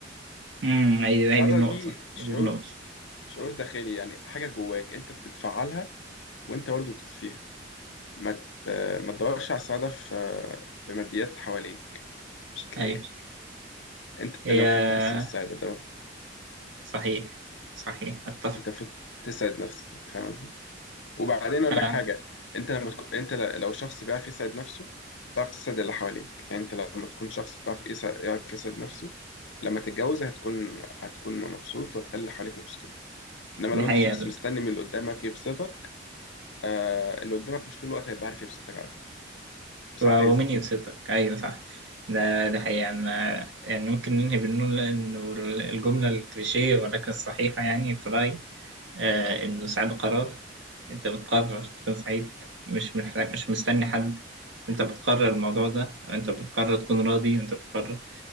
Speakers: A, on the right (about 75°); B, on the left (about 75°).
A: امم ايوه
B: السعاده
A: هي دي النقطه
B: دي شعور
A: هي دي النقطه
B: شعور داخلي يعني حاجه جواك انت بتفعلها وانت برضه بتطفيها ما ت- ما تدورش على السعاده في في ماديات حواليك مش هتلاقيها
A: ايوه
B: انت
A: هي
B: لو فت تحس بالسعاده ده
A: صحيح صحيح اتفق
B: انت فت تسعد نفسك فاهم قصدي وبعدين اقول
A: آه.
B: لك حاجه انت لما تكون انت ل- لو شخص بيعرف يسعد نفسه تعرف تسعد اللي حواليك يعني انت لما تكون شخص تعرف يسع- يعرف يسعد نفسه لما تتجوز هتكون هتكون مبسوط وهتخلي اللي حواليك مبسوطين انما
A: دي
B: لو
A: حقيقة
B: انت شخص مستني من اللي قدامك يبسطك آه اللي قدامك مش طول الوقت هيبقى عارف يبسطك على فكره وساعات
A: ومين
B: هيزهق
A: يبسطك ايوه صح ده ده حقيقة أنا يعني ممكن ننهي بنقول إنه الجملة الكليشيه ولكن الصحيحة يعني في رأيي آه إنه سعيد قرار أنت بتقرر تكون سعيد مش مح- مش مستني حد أنت بتقرر الموضوع ده أنت بتقرر تكون راضي أنت بتقرر